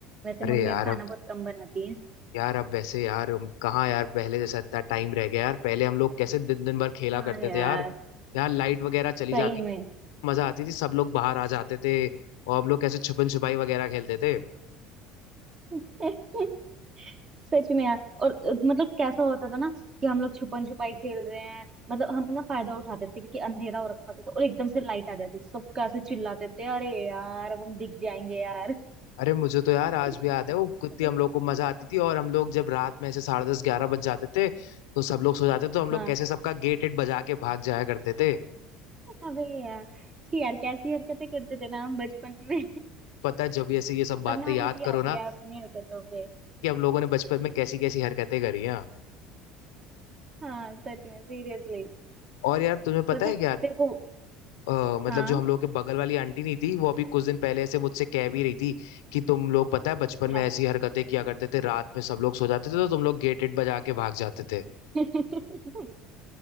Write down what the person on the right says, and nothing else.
वैसे
मम्मी
अब खाना
बहुत कम बनाती है
हाँ
यार
सही
में
<laughs> सच में यार और अ, मतलब कैसा होता था ना कि हम लोग छुपन छुपाई खेल रहे हैं मतलब हम ना फायदा उठाते थे क्योंकि अंधेरा हो रखा होता था और एकदम से लाइट आ जाती थी सब कैसे चिल्लाते थे अरे यार अब हम दिख जाएंगे यार
<laughs>
इतना
हाँ
अबे यार छी यार कैसी हरकतें करते थे ना हम बचपन में
अब
ना
हंसी
आती
है अपनी हरकतों पे
हाँ सच में सीरियसली
पता
है
तेरे को
हाँ
क्या
<laughs> तो